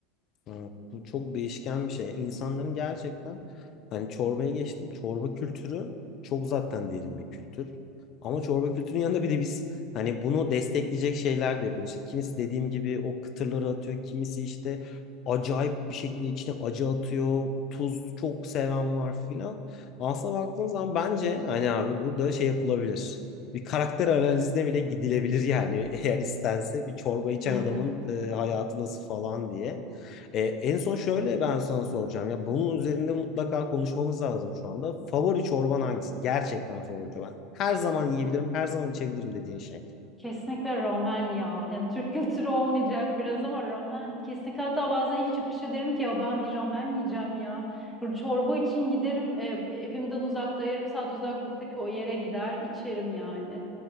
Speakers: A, on the left; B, in the centre.
A: Evet, bu çok değişken bir şey. İnsanların gerçekten hani çorbaya geçtim. Çorba kültürü çok zaten derin bir kültür. Ama çorba kültürünün yanında bir de biz hani bunu destekleyecek şeyler de yapıyoruz. İşte kimisi dediğim gibi o kıtırları atıyor. Kimisi işte acayip bir şekilde içine acı atıyor. Tuz çok seven var filan. Aslına baktığın zaman bence hani abi burada şey yapılabilir. Bir karakter analizine bile gidilebilir yani <laughs> eğer istense bir çorba içen
B: <laughs>
A: adamın e, hayatı nasıl falan diye. E, en son şöyle ben sana soracağım. Ya bunun üzerinde mutlaka konuşmamız lazım şu anda. Favori çorban hangisi? Gerçekten favori çorban. Her zaman yiyebilirim, her zaman içebilirim dediğin şey.
B: Kesinlikle ramen ya. Yani Türk kültürü olmayacak biraz ama ramen. Kesinlikle hatta bazen iş çıkışı derim ki ya ben bir ramen yiyeceğim ya. Böyle çorba için giderim e, evimden uzakta yarım saat uzaklıktaki o yere gider içerim yani.